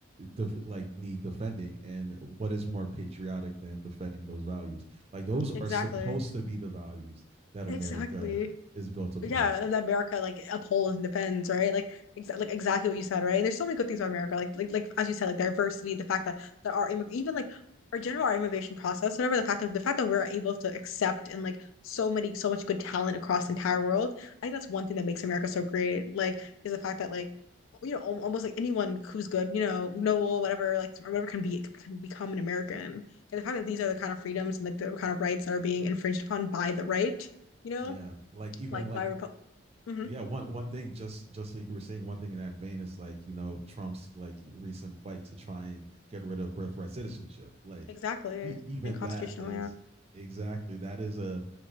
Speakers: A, on the right; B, on the left.
A: def- like need defending and what is more patriotic than defending those values like those
B: exactly,
A: are supposed to be the values that
B: exactly.
A: america is built upon
B: yeah, that America like upholds and defends, right? Like, exa like exactly what you said, right? And there's so many good things about America, like like like as you said, like diversity, the fact that there are immi- even like our general our immigration process, whatever. The fact that the fact that we're able to accept and like so many so much good talent across the entire world, I think that's one thing that makes America so great. Like, is the fact that like you know al- almost like anyone who's good, you know, noble, whatever, like or whatever can be can become an American. And the fact that these are the kind of freedoms and like the kind of rights that are being infringed upon by the right, you know
A: yeah like even
B: like
A: like
B: by Repu- hmm
A: yeah one one thing just just like you were saying one thing in that vein is like you know trump's like recent fight to try and get rid of birthright citizenship like
B: Exactly.
A: e- even
B: And constitutional,
A: that is
B: yeah.
A: exactly that is a